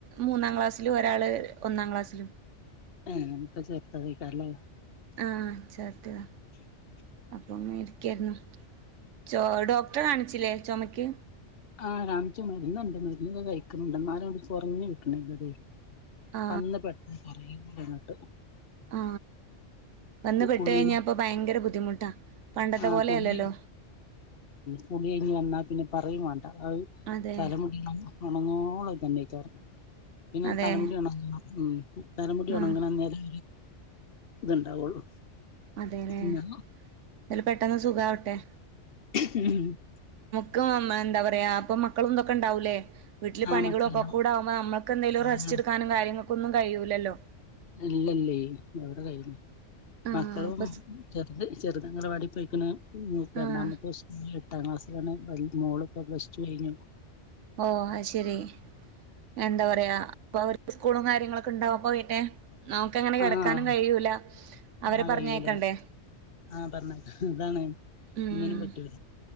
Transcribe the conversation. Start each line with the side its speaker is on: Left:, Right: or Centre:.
Right: മൂന്നാം ക്ലാസ്സിലും ഒരാള് ഒന്നാം ക്ലാസ്സിലും
Left: എ പ്പ ചേർത്തതേക്കാരം ലെ
Right: ആ ചെ ത്തിയതാ അപ്പങ്ങ ഇരിക്കായിരുന്നു ചോ ഡോക്ടറെ കാണിച്ചില്ലേ ചൊമക്ക്
Left: ആ കാണ്ച്ചു മരുന്നുണ്ട് മരുന്നൊക്കെ കഴിക്കുന്നുണ്ട് ന്നാലുആണ്ട് കൊറഞ്ഞ് കിട്ട്ണ്ല്ലടി
Right: ആ
Left: പന്ന് <inaudible>
Right: ആ വന്ന് പെട്ട്
Left: കുളി
Right: കഴിഞ്ഞാൽ ഇപ്പോ ഭയങ്കര ബുദ്ധിമുട്ടാ പണ്ടത്തെ
Left: ആ
Right: പോലെയല്ലല്ലോ
Left: കുളില്ല പുളിഴിഞ്ഞഞ് വന്നാ പിന്നെ പറയും വേണ്ട അത്
Right: അതെ
Left: തലമുടിള ഉണങ്ങള തന്നെയക്കരുന്നു പിന്നൊന്ന്
Right: അതെ
Left: തലുടി ഉണ ഉം തലമുടിയൊണങ്ങനെന്നെ
Right: ആ
Left: <inaudible> <unintelligible>
Right: അതെലേ
Left: പിന്നെ
Right: അല് പെട്ടന്ന് സുഖവട്ടെ
Left: ഉം
Right: ക്ക് എന്താ പറയാ അപ്പൊ മക്കളു ന്തൊക്കെണ്ടാവൂലേ വീട്ടിൽ
Left: ആഹ്
Right: പണികളൊക്കെകൂടെ
Left: മക്കളെല്ലാം
Right: ആക്പോ നമ്മക്ക് എന്തങ്കിലും
Left: ആഹ്
Right: റസ്റ്റ് എടുാനും കാര്യങ്ങ ഒന്നും കഴിയൂലല്ലോ
Left: ഇല്ലല്ല എവിടെ കയ്ണു
Right: ആഹ്
Left: മക്കളും
Right: അപ്പൊ
Left: ചെറുത് ചെറുതങ്ങനവാടി പോയിക്കണ് കണ്ടാമുക്ക്
Right: ആഹ്
Left: സ്കൂ <inaudible> ട്ടാം ക്ലാസിലാണ് മോളൊപ്പൊ പ്ലസ്റ്റു കഴിഞ്ഞു
Right: ഓ അ ശെരി എന്താ പറയാ പ്പൊ അവര്ക് സ്കൂളും കാര്യങ്ങളൊക്കെ ഉണ്ടാവുപ്പൊ പിന്നെ നമുക്ക്ങ്ങനെ കിടക്കാനും
Left: ആഹ്
Right: കഴിയൂല അവരെ
Left: ആ
Right: പറഞ്ഞേക്കണ്ടേ
Left: കഴിയൂല ആഹ് പറഞ്ഞത് അതാണ്
Right: ഉം
Left: ഒന്നിനും പറ്റൂല